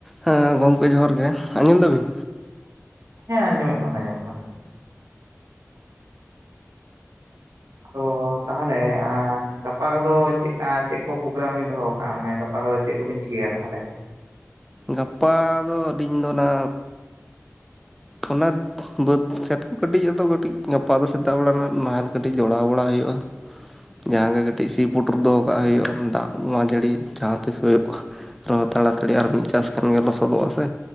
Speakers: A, in the centre; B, on the right (about 80°).
A: ᱦᱮᱸ ᱜᱚᱝᱠᱮ ᱡᱚᱦᱟᱨ ᱜᱮ ᱟᱸᱡᱚᱢ ᱫᱟ ᱵᱤᱱ
B: ᱦᱮᱸ ᱟᱸᱡᱚᱢᱚᱜ ᱠᱟᱱᱟ ᱟᱸᱡᱚᱢᱚᱜ ᱠᱟᱱᱟ ᱚᱻ ᱟᱫᱚ ᱛᱟᱦᱚᱞᱮ ᱜᱟᱯᱟ ᱠᱚᱫᱚ ᱪᱮᱫᱠᱟ ᱪᱮᱫ ᱠᱚ ᱯᱨᱳᱜᱨᱟᱢ ᱵᱮᱱ ᱫᱚᱦᱚᱣ ᱠᱟᱫᱟ ᱢᱟᱱᱮ ᱜᱟᱯᱟ ᱠᱚᱫᱚ ᱪᱮᱫ ᱠᱚᱵᱤᱱ ᱪᱤᱠᱟᱹᱭᱟ ᱛᱟᱦᱚᱞᱮ
A: ᱜᱟᱯᱟ ᱫᱚ ᱟᱹᱞᱤᱧ ᱫᱚ ᱚᱱᱟ ᱠᱷᱚᱱᱚᱛ ᱵᱟᱹᱫᱽ ᱠᱷᱮᱛ ᱠᱚ ᱠᱟᱹᱴᱤᱡ ᱟᱫᱚ ᱠᱟᱹᱴᱤᱡ ᱜᱟᱯᱟ ᱫᱚ ᱥᱮᱛᱟᱜ ᱵᱮᱲᱟ ᱱᱟᱦᱟᱜ ᱱᱟᱦᱮᱞ ᱠᱟᱹᱴᱤᱡ ᱡᱚᱲᱟᱣ ᱵᱟᱲᱟ ᱦᱩᱭᱩᱜ-ᱟ ᱡᱟᱦᱟᱸᱜᱮ
B: ᱟᱪᱪᱷᱟ
A: ᱠᱟᱹᱴᱤᱡ ᱥᱤ ᱯᱩᱚᱴᱩᱨ ᱫᱚᱦᱚ ᱠᱟᱜ ᱦᱩᱭᱩᱜ-ᱟ ᱫᱟᱜ ᱢᱟ ᱡᱟᱹᱲᱤ ᱡᱟᱦᱟᱸ ᱛᱤᱥ ᱦᱩᱭᱩᱜ-ᱟ ᱟᱨᱦᱚᱸ ᱛᱟᱲᱟᱛᱟᱲᱤ ᱟᱨ ᱢᱤᱫ ᱪᱟᱥ ᱠᱷᱟᱱ ᱜᱮ ᱞᱚᱥᱚᱫᱚᱜ-ᱟ ᱥᱮ